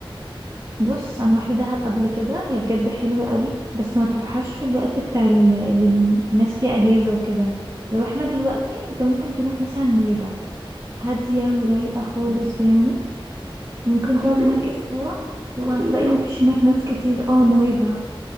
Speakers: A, on the right; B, on the right.
A: بص انا روحت دهب قبل كده هي بجد حلوه قوي بس ما تروحهاش في الوقت بتاع ال- اللي الناس فيه اجازه وكده لو احنا دلوقتي انت ممكن تروح مثلا نويبع هاديه ورايقه خالص فاهمني ممكن
B: اه
A: تقعد
B: انت
A: هناك
B: رحت
A: اسبوع وهتلاقي
B: رحت نويبع
A: ما فيش هناك ناس كتير اه نويبع